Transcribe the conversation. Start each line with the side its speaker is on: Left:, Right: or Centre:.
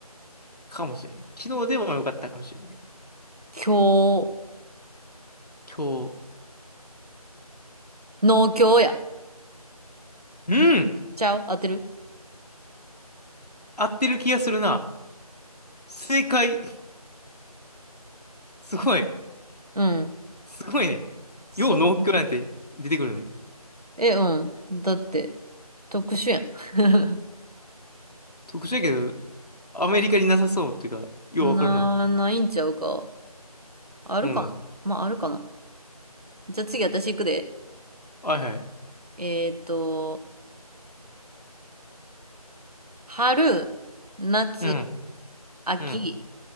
Left: かもしれん。昨日でもよかったかもしれんね。
Right: 今日、
Left: 今日、
Right: 農協や。
Left: うん
Right: ちゃう合ってる
Left: 合ってる気がするな。正解。すごい。
Right: うん。
Left: すごいね。
Right: そ
Left: よう農協なんて出てくるね。
Right: え、うん。だって、特殊やん。
Left: 特殊やけど、アメリカになさそうっていうか、
Right: <laughs>
Left: ようわかるな。
Right: な、ないんちゃうか。あるかなまあ、
Left: うん。
Right: あるかな。じゃあ次私行くで。
Left: はいはい。
Right: えっと、春、夏、
Left: うん。
Right: 秋、
Left: うん。